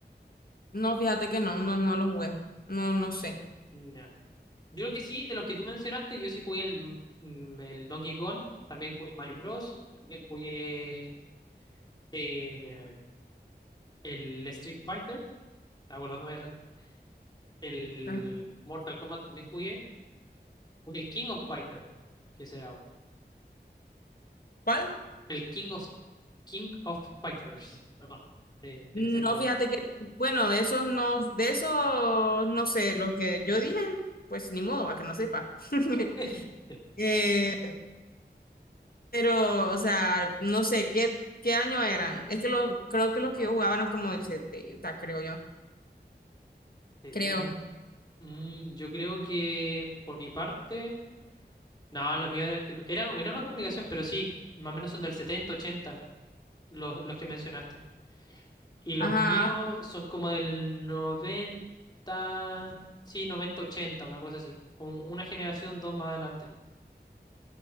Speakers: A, on the left (about 55°); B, on the left (about 25°).
A: No, fíjate que no, no, no lo jugué. No, no sé.
B: Ya. Yo creo que sí, de los que tú mencionaste, yo sí jugué el, mm, el Donkey Kong, también jugué el Mario Bros, también jugué eh, el Street Fighter, acordándome de la- el
A: Ajá.
B: Mortal Kombat también jugué, jugué el King of Fighter, que será otro.
A: ¿Cuál?
B: El King of King of Fighters, perdón, te, te
A: No,
B: me seca la
A: fíjate
B: lengua.
A: que, bueno, esos no, de esos, no sé, los que yo dije, pues ni modo, a que no sepa. <laughs>
B: <laughs>
A: Eh, pero, o sea, no sé, ¿qué, qué año eran? Es que los, creo que los que yo jugaba eran como del 70 creo yo.
B: setenta
A: Creo.
B: Mm, yo creo que por mi parte, no, los míos e- era, era una comunicación, pero sí, más o menos son del 70 80 los, los que mencionaste. Y los
A: Ajá.
B: míos son como del noventa sí, 90 80 una cosa así, con una generación, dos más adelante.